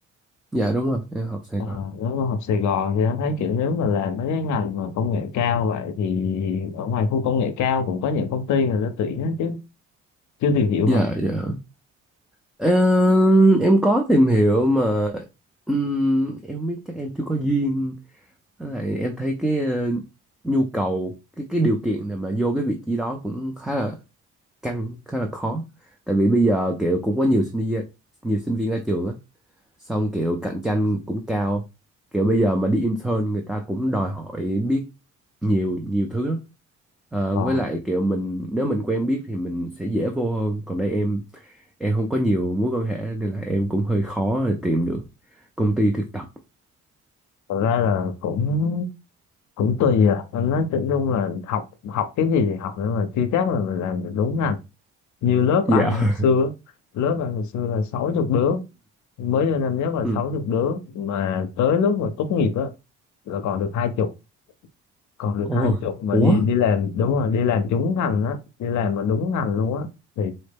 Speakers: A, in the centre; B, on the left.
A: Dạ đúng rồi, em học Sài
B: À,
A: Gòn.
B: nếu mà học Sài Gòn thì anh thấy kiểu nếu mà làm mấy cái ngành mà công nghệ cao vậy thì ở ngoài khu công nghệ cao cũng có những công ty người ta tuyển hết chứ chưa tìm hiểu
A: Dạ,
B: hả?
A: dạ. Ờ, em có tìm hiểu mà ừm, em biết chắc em chưa có duyên Với lại em thấy cái ờ, nhu cầu cái cái điều kiện để mà vô cái vị trí đó cũng khá là căng khá là khó tại vì bây giờ kiểu cũng có nhiều sinh viên nhiều sinh viên ra trường á xong kiểu cạnh tranh cũng cao kiểu bây giờ mà đi intern người ta cũng đòi hỏi biết nhiều nhiều thứ lắm Ờ,
B: Ờ,
A: với lại kiểu mình nếu mình quen biết thì mình sẽ dễ vô hơn còn đây em em không có nhiều mối quan hệ nên là em cũng hơi khó để tìm được công ty thực tập
B: thật ra là cũng cũng tùy à anh nói chung chung là học học cái gì thì học nhưng mà chưa chắc là mình làm được đúng ngành như
A: <clears throat>
B: lớp anh
A: dạ
B: hồi xưa lớp anh hồi xưa là sáu chục đứa mới vô năm nhất là
A: <clears throat> Ừ.
B: sáu chục đứa mà tới lúc mà tốt nghiệp á là còn được hai chục còn được
A: ôi,
B: hai chục mà
A: ủa?
B: đi đi làm đúng rồi đi làm trúng ngành á đi làm mà đúng ngành luôn á thì